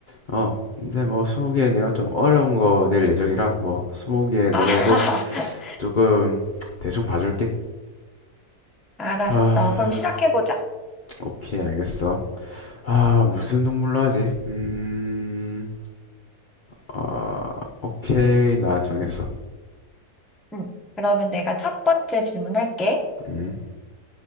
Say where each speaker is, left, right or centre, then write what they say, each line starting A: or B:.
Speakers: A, on the left; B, in the centre.
A: 어, 근데 뭐 스무 개 내가 좀 어려운 거 낼 예정이라 뭐 스무 개 넘어도
B: 아, <laughs>
A: 조금 대충 봐줄게.
B: 알았어.
A: 아,
B: 그럼 시작해보자.
A: 오케이, 알겠어. 아, 무슨 동물로 하지? 음, 아, 오케이, 나 정했어.
B: 응, 그러면 내가 첫 번째 질문할게.
A: 음,